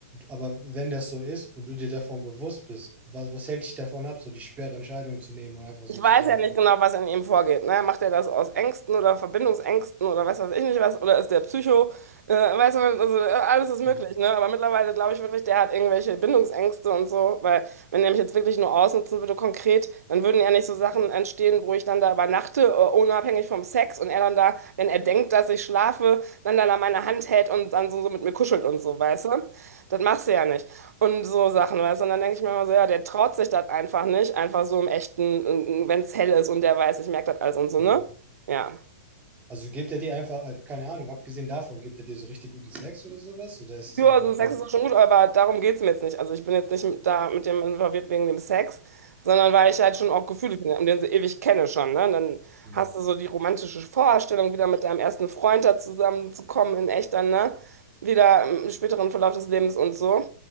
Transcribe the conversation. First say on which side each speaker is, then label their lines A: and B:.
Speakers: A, on the right (about 20°); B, on the right (about 80°).
A: aber wenn das so ist und du dir davon bewusst bist, was, was hält dich davon ab, so die schwere Entscheidung zu nehmen und einfach so
B: Ich weiß
A: zu sagen,
B: ja nicht genau, was in ihm vorgeht. Ne? Macht er das aus Ängsten oder Verbindungsängsten oder weiß was ich nicht was? Oder ist der Psycho? Äh, weißt du, also äh, alles ist möglich.
A: hm,
B: Ne? Aber mittlerweile glaube ich wirklich, der hat irgendwelche Bindungsängste und so. Weil wenn er mich jetzt wirklich nur ausnutzen würde konkret, dann würden ja nicht so Sachen entstehen, wo ich dann da übernachte, äh, unabhängig vom Sex. Und er dann da, wenn er denkt, dass ich schlafe, dann dann an meiner Hand hält und dann so, so mit mir kuschelt und so, weißt du? Das machst du ja nicht. Und so Sachen, weißt du? Und dann denke ich mir immer so, ja, der traut sich das einfach nicht, einfach so im echten, wenn es hell ist und der weiß, ich merke das alles und so,
A: mhm.
B: ne? Ja.
A: also gibt er dir einfach, äh, keine Ahnung, abgesehen davon, gibt er dir so richtig guten Sex oder sowas? Oder ist es
B: Ja,
A: einfach
B: also Sex
A: nur,
B: ist auch schon gut, aber darum geht es mir jetzt nicht. Also ich bin jetzt nicht mit, da mit dem involviert wegen dem Sex, sondern weil ich halt schon auch Gefühle finde und den so ewig kenne schon, ne? Und dann
A: hm,
B: hast du so die romantische Vorstellung, wieder mit deinem ersten Freund da zusammenzukommen in echt dann, ne? Wieder im späteren Verlauf des Lebens und so.